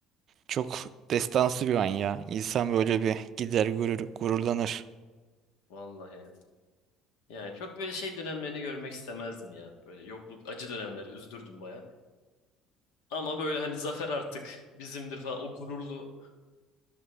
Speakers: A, on the right; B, on the left.
A: Çok destansı bir an ya. İnsan böyle bir gider görür, gururlanır.
B: vallahi. Yani çok böyle şey dönemlerini görmek istemezdim ya. Böyle yokluk, acı dönemleri üzdürdüm baya. Ama böyle hani zafer artık bizimdir falan o gururlu.